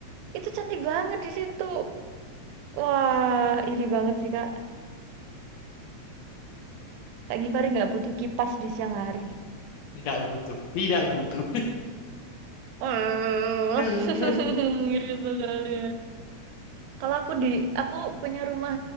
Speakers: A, on the right; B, on the left.
A: Itu cantik banget di situ. Wah, iri banget sih, Kak. Kak Givari nggak butuh kipas di siang hari.
B: Nggak butuh, tidak butuh.
A: Ah,
B: Tapi
A: <laughs> ngiri sekali. Kalau aku di, aku punya rumah